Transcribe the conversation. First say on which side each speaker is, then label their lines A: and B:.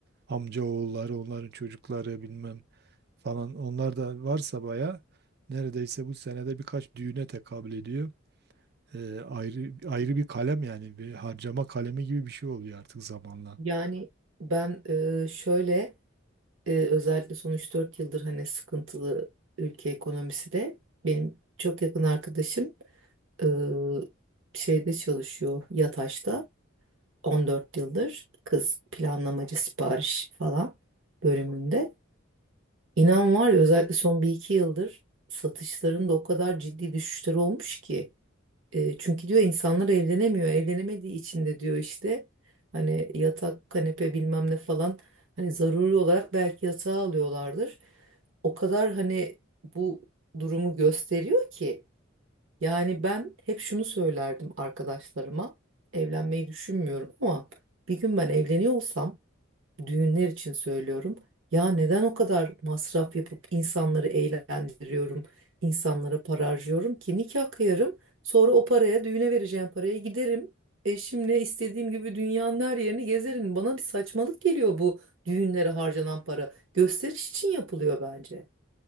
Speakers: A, on the right; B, on the right.
A: amca oğulları onların çocukları bilmem falan onlar da varsa baya neredeyse bu senede birkaç düğüne tekabül ediyor. Ee, ayrı ayrı bir kalem yani bir harcama kalemi gibi bir şey oluyor artık zamanla.
B: Yani ben e, şöyle e, özellikle son 3-4 yıldır hani sıkıntılı ülke ekonomisi de benim çok yakın arkadaşım e, şeyde çalışıyor Yataş'ta 14 yıldır kız planlamacı sipariş falan bölümünde. İnan var ya özellikle son bir iki yıldır satışların da o kadar ciddi düşüşleri olmuş ki e, çünkü diyor insanlar evlenemiyor. Evlenemediği için de diyor işte hani yatak, kanepe bilmem ne falan hani zaruri olarak belki yatağı alıyorlardır. O kadar hani bu durumu gösteriyor ki yani ben hep şunu söylerdim arkadaşlarıma evlenmeyi düşünmüyorum ama bir gün ben evleniyorsam düğünler için söylüyorum. Ya neden o kadar masraf yapıp insanları eğlendiriyorum, insanlara para harcıyorum ki nikah kıyarım, sonra o paraya düğüne vereceğim paraya giderim. Eşimle istediğim gibi dünyanın her yerini gezerim. Bana bir saçmalık geliyor bu düğünlere harcanan para. Gösteriş için yapılıyor bence.